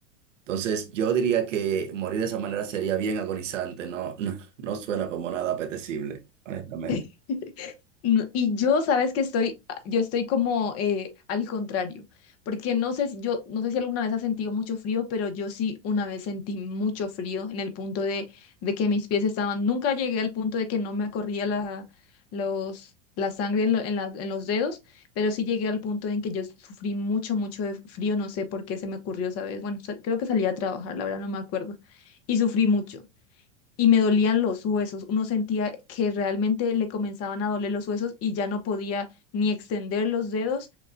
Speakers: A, on the right; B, on the left.
A: Entonces yo diría que morir de esa manera sería bien agonizante, no, no, no suena como nada apetecible, honestamente.
B: <laughs> No, y yo, sabes que estoy, a- yo estoy como eh, al contrario, porque no sé si yo, no sé si alguna vez has sentido mucho frío, pero yo sí una vez sentí mucho frío en el punto de, de que mis pies estaban, nunca llegué al punto de que no me corría la, los, la sangre en, lo- en la- en los dedos, pero sí llegué al punto en que yo sufrí mucho, mucho de frío, no sé por qué se me ocurrió esa vez, bueno, sa- creo que salí a trabajar, la verdad no me acuerdo, y sufrí mucho y me dolían los huesos. Uno sentía que realmente le comenzaban a doler los huesos y ya no podía ni extender los dedos